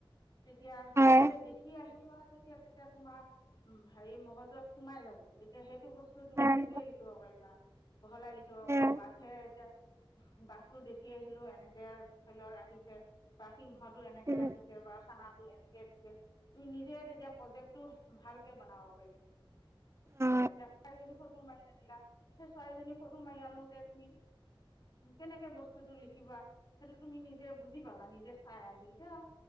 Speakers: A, on the left; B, on the right.
A: তেতিয়া
B: হয়
A: নিজে দেখি আহিবা যেতিয়া তেতিয়া তোমাৰ উম, হেৰি মগজত সোমাই যাব তেতিয়া সেই তো বস্তু তুমি
B: হয়
A: নিজে লিখিব পাৰিবা বহলাই লিখিব
B: হয়
A: প, বাঘে এতিয়া বাঘটো দেখি আহিলো এনেকে ধৰি ল ৰাখিছে বা সিংহ টো এনেকে
B: উম
A: ৰাখিছে বা খানাটো এনে <unintelligible> তুমি নিজে তেতিয়া প্ৰজেক্টটো ভালকে বনাব পাৰিবা।
B: অ
A: <unintelligible> ফটো মাৰি আনিলা, সেই চৰাইজনী ফটো মাৰি আনোতে তুমি কেনেকে বস্তুটো লিখিবা সেইটো তুমি নিজে বুজি পাবা নিজে চাই আহি, এতিয়া